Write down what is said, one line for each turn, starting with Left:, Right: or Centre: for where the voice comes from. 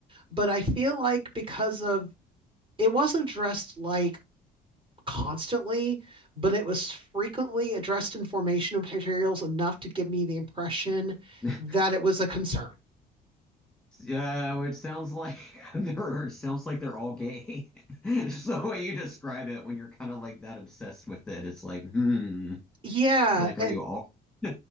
Right: But I feel like because of it wasn't addressed like constantly, but it was frequently addressed in formational materials enough to give me the impression
Centre: <laughs>
Right: that it was a concern.
Centre: Yeah, it sounds like <laughs> they're it sounds like they're all gay. <laughs> Just the way you describe it when you're kind of like that obsessed with it, it's like, hmm.
Right: Yeah.
Centre: Like,
Right: And
Centre: are you all? <laughs>